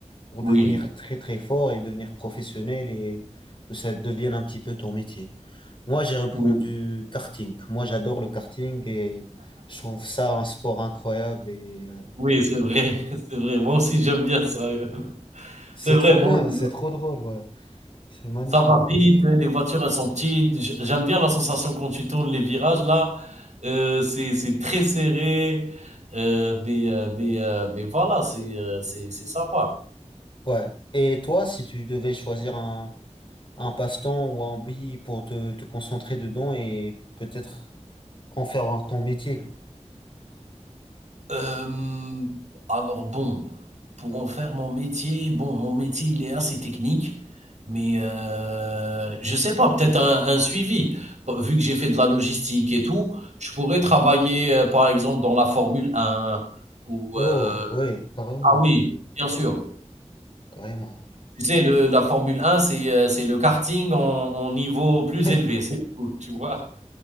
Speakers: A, on the left; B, on the right.
A: pour
B: Oui,
A: devenir très, très fort et devenir professionnel et que ça devienne un petit peu ton métier. Moi, j'ai répondu
B: oui,
A: karting. Moi, j'adore le karting et je trouve ça un sport incroyable et euh,
B: oui, c'est vrai, <laughs> c'est vrai. Moi aussi, j'aime bien ça. euh.
A: c'est
B: C'est vrai,
A: trop bien,
B: moi aussi.
A: c'est trop drôle, ouais. C'est magnifique.
B: Ça va vite, les voitures, elles sont petites. J- J'aime bien la sensation quand tu tournes les virages, là. Euh, c'est, c'est très serré. Euh, mais, euh, mais, euh, mais voilà, c'est, euh, c'est, c'est sympa.
A: Ouais. Et toi, si tu devais choisir un, un passe-temps ou un hobby pour te, te concentrer dedans et peut-être en faire ton métier.
B: Euh, alors bon, pour en faire mon métier, bon, mon métier, il est assez technique. Mais euh, je sais pas, peut-être un, un suivi. P- Vu que j'ai fait de la logistique et tout, je pourrais travailler, euh, par exemple, dans la Formule un ou...
A: Oh,
B: euh,
A: oui, carrément,
B: Ah oui, bien sûr.
A: carrément.
B: Tu sais, le la Formule 1, c'est, heu, c'est le karting en en niveau plus
A: <laughs>
B: élevé, c'est <laughs> tout, tu vois?